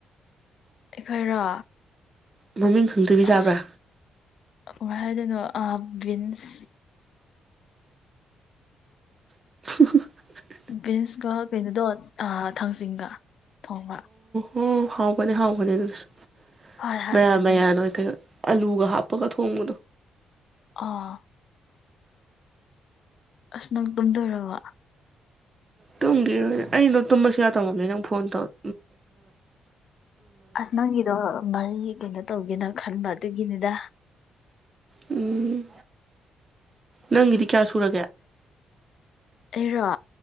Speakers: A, on the left; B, on the right.
A: ꯑꯩꯈꯣꯏꯔꯣ?
B: ꯃꯃꯤꯡ ꯈꯪꯗꯕꯤ
A: ꯑꯁ
B: ꯆꯥꯕꯔꯥ?
A: ꯀꯃꯥꯏ ꯍꯥꯏꯗꯅꯣ ꯑꯥ ꯕꯤꯟꯁ
B: <unintelligible>
A: ꯕꯤꯟꯁꯀ ꯀꯩꯅꯣꯗꯣ ꯊꯥꯡꯖꯤꯡꯒ ꯊꯣꯡꯕ꯫
B: ꯑꯣ ꯍꯥꯎꯕꯅꯤ - ꯍꯥꯎꯕꯅꯤ ꯑꯗꯨꯁꯨ꯫
A: ꯍꯣꯏ ꯍꯣꯏ
B: ꯃꯌꯥꯟ
A: ꯑꯗꯨꯅꯦ
B: - ꯃꯌꯥꯟ ꯑꯣꯏ ꯀꯦꯏꯑꯣꯏ꯫ ꯑꯂꯨꯒ ꯍꯥꯞꯄꯒ ꯊꯣꯡꯉꯗꯣ
A: ꯑꯥ ꯑꯁ ꯅꯪ ꯇꯨꯝꯗꯧꯔꯕ
B: ꯇꯨꯝꯒꯤꯔ ꯑꯩꯅꯣ ꯇꯨꯝꯕꯁꯨ ꯌꯥ ꯇꯝꯃꯕꯅꯤ ꯅꯪ ꯐꯣꯟ ꯇꯧꯔ
A: ꯑꯁ ꯅꯪꯒꯤꯗꯣ ꯃꯔꯤ ꯀꯩꯅꯣ ꯇꯧꯒꯦꯅ ꯈꯟꯕ ꯑꯗꯨꯒꯤꯅꯤꯗ
B: ꯎꯝ ꯅꯪꯒꯤꯗꯤ ꯀꯌꯥ ꯁꯨꯔꯒꯦ
A: ꯑꯦꯔꯣ